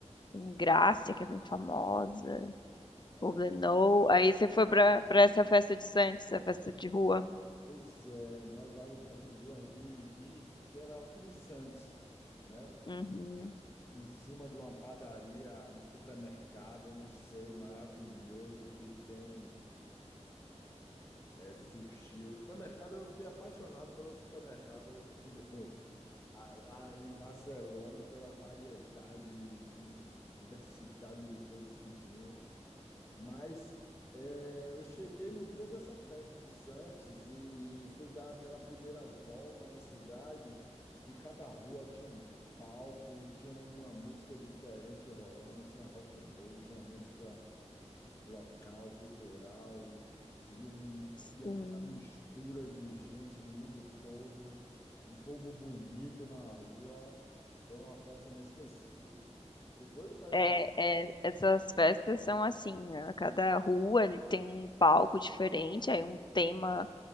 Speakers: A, on the left; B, on the left.
A: tem Grácia, que é bem famosa,
B: É,
A: Poblenou. Aí você foi para para essa festa de Santos, a festa de rua.
B: Pois é, nós alugamos um Airbnb que era em Santos, né?
A: Uhum,
B: em cima de uma padaria, um supermercado, eu não sei, maravilhoso que tem é, sushi. O supermercado, eu fiquei apaixonado pelo supermercado <laughs> lá em Barcelona, pela variedade, de- diversidade de coisas que tinha. Mas eh, eu cheguei no dia dessa festa de Santos e, e fui dar aquela primeira volta na cidade e cada rua tinha um palco, tinha uma música diferente rolando, tinha rock and roll, tinha música local, cultural e, um,
A: sim.
B: e aquela mistura de gente do mundo todo, um povo bonito na rua. Foi uma festa inesquecível. Tô doido para
A: É,
B: ir para lá.
A: é, essas festas são assim, né? Cada rua ele tem um palco diferente, aí um tema,